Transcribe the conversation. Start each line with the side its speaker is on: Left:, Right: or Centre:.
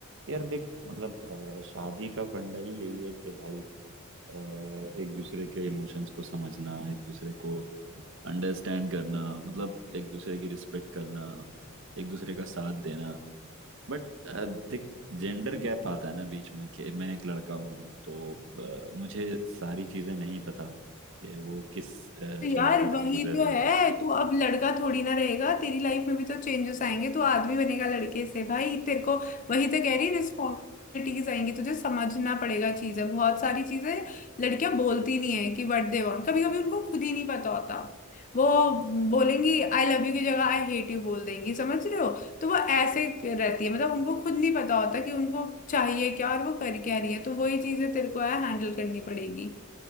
Right: यार देख मतलब अ, शादी का फंडा ही यही है कि भाई अ, एक दूसरे के इमोशंस को समझना एक दूसरे को अंडरस्टैंड करना मतलब एक दूसरे की रिस्पेक्ट करना एक दूसरे का साथ देना बट देख जेंडर गैप आता है ना बीच में कि मैं एक लड़का हूँ तो अ, मुझे सारी चीजें नहीं पता कि वो किस चैलेंजेस
Left: तो यार वही
Right: से गुजर
Left: तो
Right: रही है
Left: है तू अब लड़का थोड़ी ना रहेगा तेरी लाइफ में भी तो चेंजेस आएंगे तो आदमी बनेगा लड़के से भाई तेरे को वही तो कह रही रिस्पॉन्सिबिलिटीज आएंगी तुझे समझना पड़ेगा चीजें बहुत सारी चीजें लड़कियां बोलती नहीं है कि व्हाट दे वांट कभी कभी उनको खुद ही नहीं पता होता वो बोलेंगी आई लव यू की जगह आई हेट यू बोल देंगी समझ रहे हो तो वो ऐसे रहती है मतलब उनको खुद नहीं पता होता कि उनको चाहिए क्या और वो कर क्या रही है तो वही चीजें तेरे को है हैंडल करनी पड़ेगी